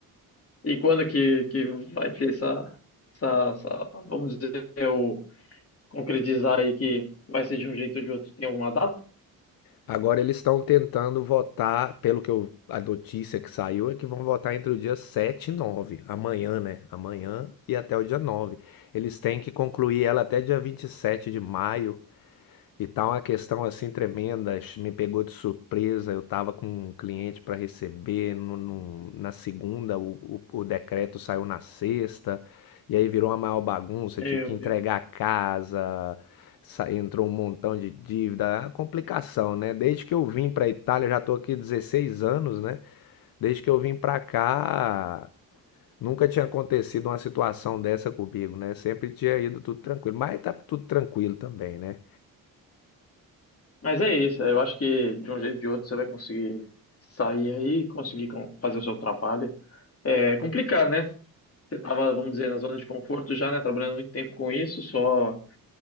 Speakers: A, on the left; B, on the left.
A: E quando que, que vai ter essa, essa, essa- vamos dizer, o concretizar aí que vai ser de um jeito ou de outro? Tem alguma data?
B: Agora eles estão tentando votar, pelo que eu, a notícia que saiu é que vão votar entre o dia 7 e 9 amanhã, né? Amanhã e até o dia nove Eles têm que concluir ela até dia 27 de maio. E tá uma questão assim tremenda, ch- me pegou de surpresa. Eu estava com um cliente para receber no, no- na segunda, o, o, o decreto saiu na sexta, e aí virou uma maior bagunça.
A: Meu
B: Eu tive que entregar
A: Deus.
B: a casa, sa- entrou um montão de dívida, é complicação, né? Desde que eu vim para Itália, eu já estou aqui 16 anos, né? Desde que eu vim para cá, nunca tinha acontecido uma situação dessa comigo, né? Sempre tinha ido tudo tranquilo, mas tá tudo tranquilo também, né?
A: Mas é isso, eu acho que de um jeito ou de outro você vai conseguir sair aí, conseguir com- fazer o seu trabalho. É complicado, né? Você tava, vamos dizer, na zona de conforto já, né? Trabalhando muito tempo com isso, só